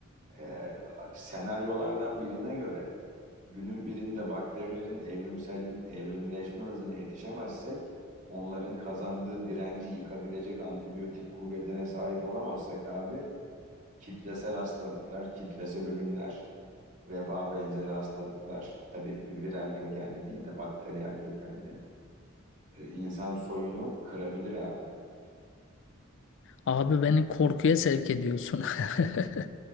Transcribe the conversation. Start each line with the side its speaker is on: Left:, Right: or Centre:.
Right: Ee, senaryolardan birine göre günün birinde bakterilerin evrimsel evrimleşme hızına yetişemezsek, onların kazandığı direnci yıkabilecek antibiyotik kuvvetine sahip olamazsak abi, kitlesel hastalıklar, kitlesel ölümler, veba benzeri hastalıklar, tabii viral kökenli değil de bakteriyel kökenli, e, insan soyunu kırabilir abi.
Left: Abi beni korkuya sevk ediyorsun. <laughs>